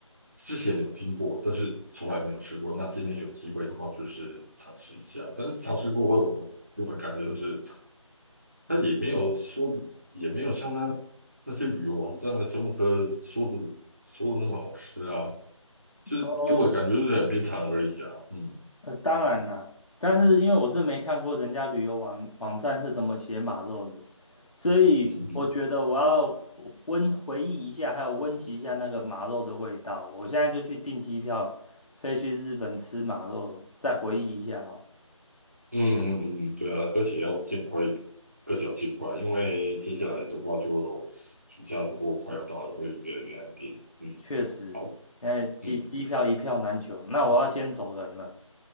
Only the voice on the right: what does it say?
之前有听过，但是从来没有吃过。那今天有机会的话，就是尝试一下。但是尝试过后，给我的感觉就是，它也没有说，也没有像那那些旅游网站的什么的说的说的那么好吃啊，就是给我的感觉就是很平常而已啊。
嗯
嗯嗯，
嗯嗯嗯，嗯对啊，而且要尽快一点而且要尽快，因为接下来的话就暑假如果快要到了，会越来越安定。嗯，
好，
嗯